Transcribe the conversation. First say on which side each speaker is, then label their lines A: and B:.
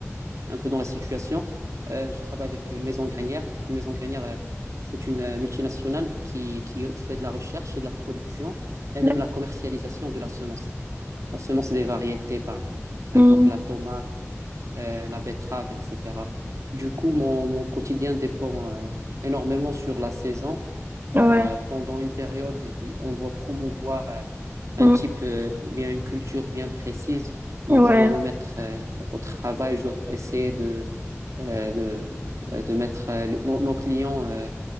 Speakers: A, on the right; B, on the right.
A: un peu dans la situation, euh, je travaille avec une maison grainière. Une maison grainière, euh, c'est une euh, multinationale qui, qui fait de la recherche et de la production et même
B: D'ac-
A: la commercialisation de la semence. La semence des variétés, par, par
B: Mm,
A: exemple la tomate, euh, la betterave, etc. Du coup, mon, mon quotidien dépend euh, énormément sur la saison
B: ouais,
A: car euh, pendant une période, on doit promouvoir euh, un
B: Mm,
A: type euh, ou bien une culture bien précise. Donc,
B: ouais,
A: je dois me mettre euh, au travail, je dois essayer de, euh, de, euh, de mettre euh, le- nos, nos clients euh,